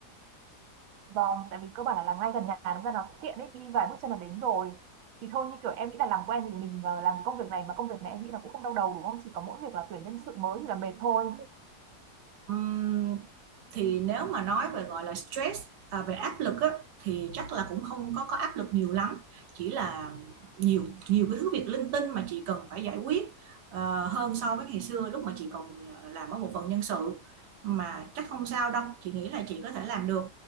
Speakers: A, on the right; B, on the right.
A: Vâng, tại vì cơ bản là làm ngay gần nhà nó ra nó tiện đấy, đi vài bước chân là đến rồi. Thì thôi như kiểu em nghĩ là làm quen thì mình ờ, làm công việc này mà công việc này em nghĩ là cũng không đau đầu đúng không? Chỉ có mỗi việc là tuyển nhân sự mới thì là mệt thôi.
B: Ừm, thì nếu mà nói về gọi là stress à, về áp lực á, thì chắc là cũng không có có áp lực nhiều lắm chỉ là nhiều nhiều cái thứ việc linh tinh mà chị cần phải giải quyết ờ, hơn so với ngày xưa lúc mà chị còn ờ, làm ở bộ phận nhân sự mà chắc không sao đâu chị nghĩ là chị có thể làm được